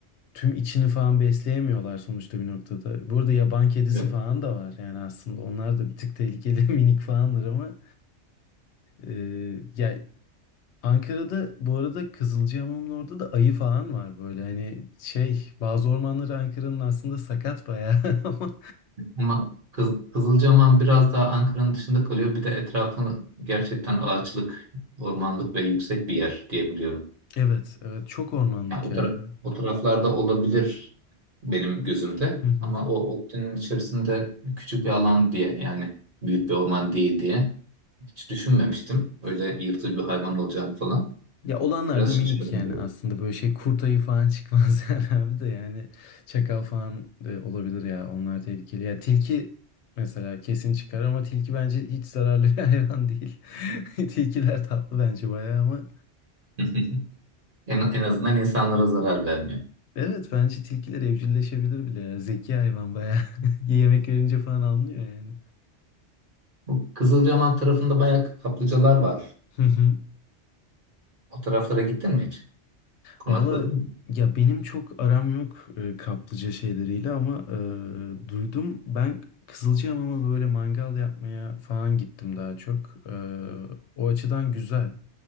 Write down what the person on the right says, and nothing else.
Evet.
Ama Kız, Kızılcahamam biraz daha Ankara'nın dışında kalıyor. Bir de etrafı gerçekten ağaçlık, ormanlık ve yüksek bir yer diyebiliyorum.
Yani o,
tara- o taraflarda olabilir benim gözümde
ama o ODTÜ'nün içerisinde küçük bir alan diye yani büyük bir orman değil diye hiç düşünmemiştim. Öyle yırtıcı bir hayvan olacağını falan.
Biraz
şaşırdım
bu.
<laughs> En, en azından insanlara zarar vermiyor.
Bu Kızılcahamam tarafında bayağı kaplıcalar var.
O taraflara gittin mi hiç? Konakladın
mı?